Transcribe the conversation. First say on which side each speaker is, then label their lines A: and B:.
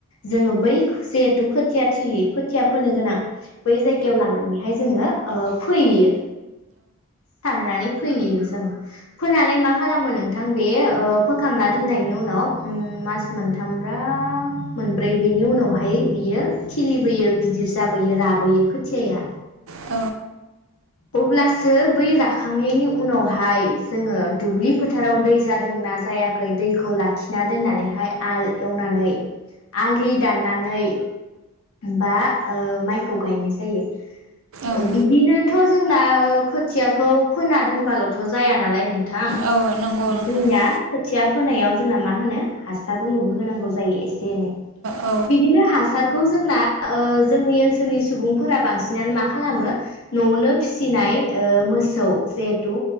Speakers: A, on the left; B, on the right.
A: जोङो बै जिहेथु खोथिया थिलि खोथिया फोनो गोनां बै जायगायाव लांनानैहाय जोङो फोयैयो सारनानै फोयो जों फोनानै मा खालामो नोंथां बे फोखांना दोननायनि उनाव मास मोनथामब्रा मोनब्रै बिनि उनावहाय बियो खिलिबोयो गिदिर जाबोयो राबोयो खोथियाया
B: औ
A: अब्लासो बै राखांनायनि उनावहाय जोङो दुब्लि फोथाराव दै जादोंना जायाखै दैखौ लाखिना दोननानैहाय आल एवनानै आलि दाननानै बा माइखौ गायनाय जायो
B: औ
A: बिदिनो थ' जोंना खोथियाखौ फोना दोनबाल'थ' जाया नालाय नों थां
B: औ नंगौ नोंथां
A: दैया
B: नंगौ
A: खोथिया फोनायाव जोंना मा होनो हासार उनुबो होनांगौ जायो एसे एनै
B: औ
A: बिदिनो हासारखौ जोंना ओ जोंनि ओनसोलनि सुबुंफोरा बांसिनानो मा खालामो न'आवनो फिसिनाय ओ मोसौ जिहेथु